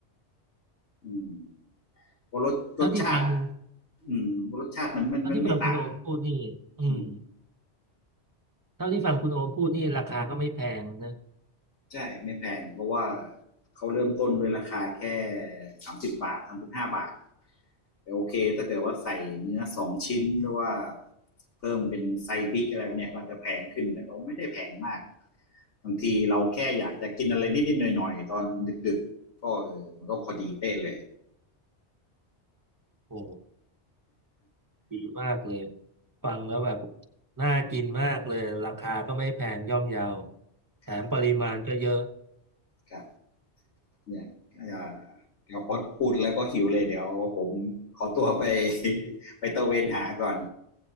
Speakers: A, on the left (about 80°); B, on the right (about 20°).
A: อืมเพราะรสรสชาติ
B: เท่าที่ฟัง
A: อืมรสชาติมันมันมันไม่ต่าง
B: เท่าที่ฟังคุณโอมพูดนี่อืม
A: อืม
B: เท่าที่ฟังคุณโอมพูดนี่ราคาก็ไม่แพงนะ
A: ใช่ไม่แพงเพราะว่าเขาเริ่มต้นด้วยราคาแค่สามสิบบาทสามสิบห้าบาทแต่โอเคถ้าเกิดว่าใส่เนื้อสองชิ้นหรือว่าเพิ่มเป็นไซส์บิ๊กอะไรเนี่ยก็จะแพงขึ้นแต่ก็ไม่ได้แพงมากบางทีเราแค่อยากจะกินอะไรนิดๆหน่อยๆตอนดึกๆก็เออมันก็พอดีเป๊ะเลย
B: โอ้ ดีมากเลยฟังแล้วแบบน่ากินมากเลยราคาก็ไม่แพงย่อมเยาแถมปริมาณก็เยอะ
A: ครับครับ เนี่ยอาจารย์เดี๋ยวพอพูดแล้วก็หิวเลยเดี๋ยวผมขอตัวไป <laughs> ไปตะเวนหาก่อน